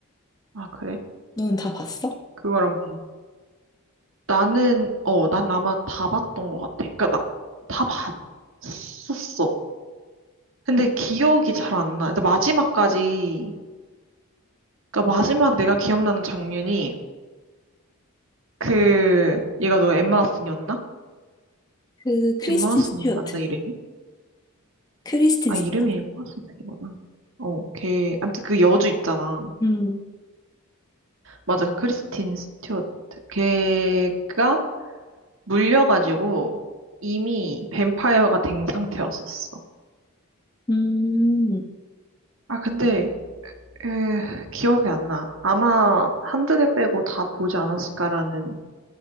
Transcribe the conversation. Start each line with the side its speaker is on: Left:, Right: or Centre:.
Right: 아, 그래?
Left: 너는 다 봤어?
Right: 그거랑 나는 어, 난 아마 다 봤던 것 같아. 그러니까 나, 다 봤었어. 근데 기억이 잘 안 나. 근데 마지막까지 그러니까 마지막 내가 기억나는 장면이 그 얘가 너 엠마 왓슨이었나?
Left: 그 크리스틴
Right: 엠마 왓슨
Left: 스튜어트.
Right: 맞나 이름이?
Left: 크리스틴
Right: 아,
Left: 스튜어트.
Right: 이름이 엠마 왓슨 아니구나. 어, 걔 아무튼 그 여주 있잖아.
Left: 음.
Right: 맞아. 그 크리스틴 스튜어트. 걔가 물려가지고 이미 뱀파이어가 된 상태였었어.
Left: 음.
Right: 아, 근데 에, 기억이 안 나. 아마 한두 개 빼고 다 보지 않았을까라는